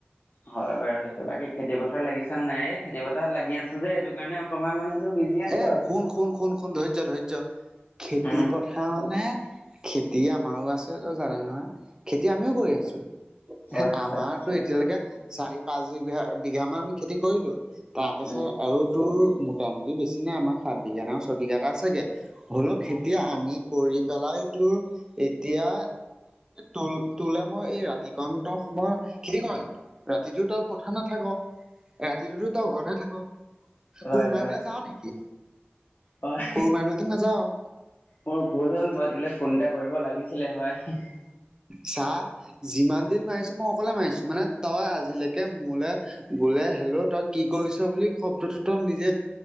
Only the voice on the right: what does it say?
এ,
শুন শুন শুন শুন। ধৈৰ্য্য, ধৈৰ্য্য, খেতি-পথ
মানে, খেতি আমাৰো আছে তই জান নহয়, খেতি আমিও কৈ আছো। আমাৰ
এতিয়ালৈকে চাৰি-পাঁচ বিঘা মান আমি খেতি কৰিলোঁ। তাৰ পাছত
আৰু তোৰ মোটামুটি বেছি নাই। আমাৰ সাত বিঘা নে ছয় বিঘা এটা আছে গে, হ'লেও খেতি
আমি কৰি পেলাই তোৰ এতিয়া তোল, তোলেই মই এই ৰাতি <unintelligible> সময় খেতি কৰ জানো। ৰাতিটো তই পথাৰত নাথাক, ৰাতিটোতো তই ঘৰতহে থাক।
কোৰ মাৰিবলে
নেকি,
কোৰ মাৰিবলৈটো নাযাৱ।
চাহ যিমান দিন মাৰিছোঁ, মই অকলে মাৰিছোঁ মানে, তই আজিলৈকে মোলে বোলে, হেল্ল' তই কি কৰিছ বুলি শব্দটো তই নিজে